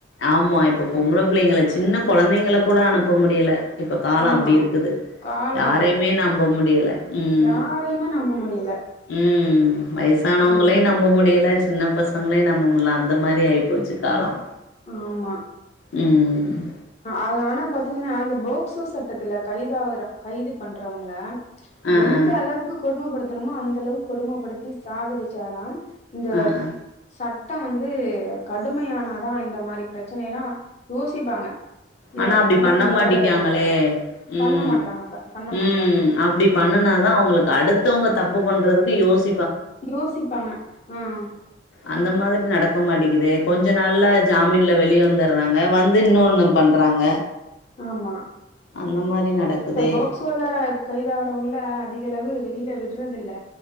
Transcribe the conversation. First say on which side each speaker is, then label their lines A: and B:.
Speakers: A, on the left; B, on the left.
A: ஆமா இப்ப பொம்பள பிள்ளைங்கள சின்ன குழந்தைங்கள கூட அனுப்ப முடியல இப்ப காலம்
B: ஆமா.
A: அப்படி இருக்குது
B: காலம்
A: யாரையுமே
B: அப்டி இருக்கு.
A: நம்ப முடியலை உம்
B: யாரையுமே நம்ப முடியல.
A: உம் வயசானவங்களையும்
B: ஆமா,
A: நம்ப முடியல சின்ன பச பசங்களே நம்ப முடியல அந்த மாரி ஆயி போச்சு காலம்
B: ஆமா
A: உம்
B: ஆஹ் அத ஆனா பாத்தீங்கன்னா அந்த போக்சோ சட்டத்துல கைதாகுற கைது பண்றவங்கள
A: ஆ
B: எந்த
A: ஆ
B: அளவுக்கு கொடுமைப்படுத் முடியுமோ அந்த அளவுக்கு கொடுமைப்படுத்தி சாகடிச்சாதான் இந்த
A: ஆ ஆ
B: சட் மொத்தம் வந்து கடுமையானாதான் இந்த மாதிரி பிரச்சனை எல்லாம் யோசிப்பாங்க இது
A: ஆனா
B: நம்ம
A: அப்படி
B: பண்ணா
A: பண்ண
B: இந்த
A: மாட்டக்காங்களே
B: மாரி ஆயிடுவோ நம்ப
A: உம்
B: பண்ண மாட்றாங்க இப்ப பண்ண மாட்றாங்க
A: உம் அப்படி பண்ணுனாதான்
B: ஆ
A: அவங்களுக்கு அடுத்தவங்க தப்பு பண்றதுக்கு யோசி
B: யோசிப்பாங்க ஆஹ்
A: அந்த மாரி நடக்க மாட்டேக்குது கொஞ்ச நாள்ல ஜாமீன்ல வெளில வந்துடுறாங்க வந்து இன்னொன்னு பண்ணுறாங்க
B: ஆமா
A: அந்த மாரி நடக்குதே
B: இந்த போக்சோல கைதாவறவங்கள அதிக அளவு இல்ல விடுறது இல்ல